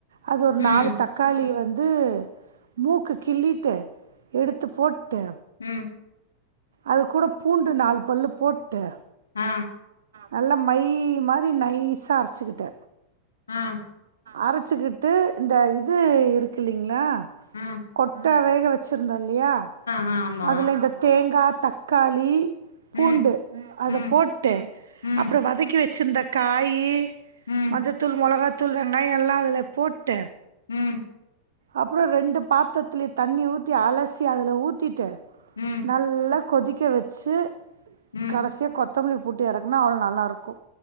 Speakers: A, on the right (about 65°); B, on the left (about 70°).
A: அது ஒரு
B: ம்
A: நாலு தக் காளி வந்து மூக்கு கிள்ளிட்டு எடுத்து போட்டு
B: ம்
A: அது கூட பூண்டு நாலு பல்லு போட்டு
B: அ
A: நல்லா மை மாரி நைசா அரச்சிக்கிட்ட
B: அ
A: அரச்சிக்கிட்டு இந்த இது இருக்கு இல்லிங்ளா
B: அ
A: கொட்ட வேக வச்சுருந்தோ இல்லயா
B: ஆ ஆமா
A: அதுல இந்த தேங்கா தக்காளி பூண்டு
B: ம்
A: அத
B: ம்
A: போட்டு
B: ம்
A: அப்றோ வதக்கி வச்சிருந்த காயி
B: ம்
A: மஞ்சத்தூள் மொளகாத்தூள் வெங்காய எல்லா அதுலே போட்டு
B: ம்
A: அப்புறோ ரெண்டு பாத்தர்த்துலியு தண்ணி ஊத்தி அலசி அதல ஊத்திட்டு
B: ம்
A: நல்லா கொதிக்க வெச்சு
B: ம்
A: கடசியா கொத்தமல்லி போட்டு எறக்குனா அவ்ளோ நல்லாருக்கு